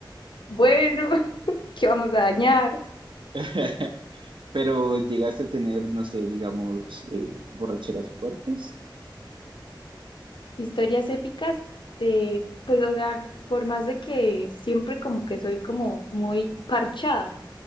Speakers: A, on the left; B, on the right.
A: bueno, <laughs> ¿qué vamos a dañar?
B: <laughs> Pero llegaste a tener, no sé, digamos, eh, borracheras fuertes.
A: Historias épicas de, pues, o sea, por más de que siempre como que soy como muy parchada.